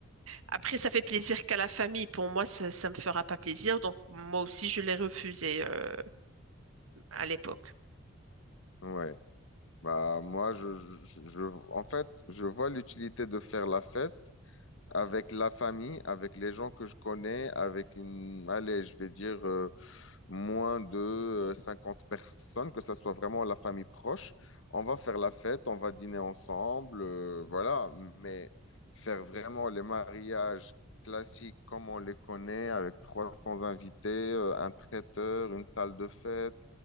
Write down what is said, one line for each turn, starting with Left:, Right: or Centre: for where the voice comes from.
Right: Après, ça fait plaisir qu'à la famille. Pour moi, ça, ça me fera pas plaisir. Donc, moi aussi, je l'ai refusé euh, à l'époque.
Left: Ouais. Bah, moi, je, je, je- en fait, je vois l'utilité de faire la fête, avec la famille, avec les gens que je connais, avec une, allez, je vais dire euh, moins de euh, 50 personnes, que ça soit vraiment la famille proche. On va faire la fête, on va dîner ensemble, euh, voilà. Mais faire vraiment les mariages classiques comme on les connaît, avec 300 invités, euh, un traiteur, une salle de fête,